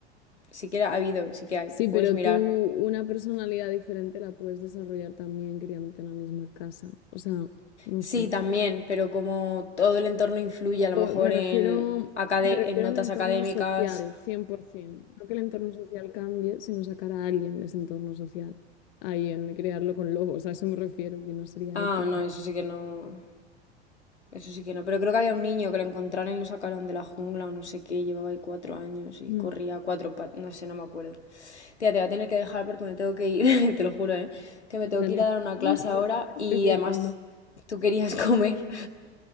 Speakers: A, on the left; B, on the left.
A: sí que ha habido, sí que hay,
B: Sí,
A: puedes
B: pero
A: mirar.
B: tú una personalidad diferente la puedes desarrollar también criándote en la misma casa. O sea, no
A: Sí,
B: sé.
A: también, pero como todo el entorno influye, a lo
B: O-
A: mejor
B: Me
A: en,
B: refiero,
A: acade-
B: me refiero
A: en notas
B: al entorno
A: académicas.
B: social, 100%. No que el entorno social cambie, sino sacar a alguien de ese entorno social. Ahí, en crearlo con lobos, a eso me refiero, que no sería
A: Ah,
B: ético.
A: no, eso sí que no. Eso sí que no, pero creo que había un niño que lo encontraron y lo sacaron de la jungla o no sé qué, llevaba ahí cuatro años y
B: Mm,
A: corría a cuatro patas, no sé, no me acuerdo. Tía, te voy a tener que dejar porque me tengo que ir, <laughs> te lo juro, ¿eh? Que me
B: vale.
A: tengo que ir a dar una
B: <laughs>
A: clase ahora
B: Estoy
A: y
B: flipando.
A: además tú querías <laughs> comer.